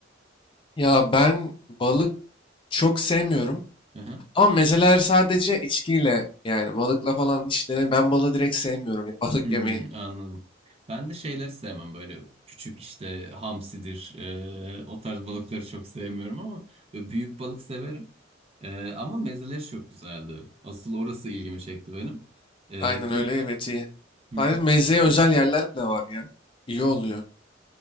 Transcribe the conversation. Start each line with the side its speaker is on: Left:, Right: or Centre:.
Left: Ya ben balık çok sevmiyorum.
Right: Hı hı.
Left: Ama mezeler sadece içkiyle yani balıkla falan hiç denem. Ben balığı direkt sevmiyorum ya <laughs> balık
Right: Hmm,
Left: yemeyi.
Right: anladım. Ben de şeyleri sevmem böyle küçük işte hamsidir e, o tarz balıkları çok sevmiyorum ama böyle büyük balık severim. E, ama mezeleri çok güzeldi. Asıl orası ilgimi çekti benim. E,
Left: Aynen
Right: gir...
Left: öyle evet iyi.
Right: Hı hı.
Left: Sadece mezeye özel yerler bile var ya. İyi oluyor.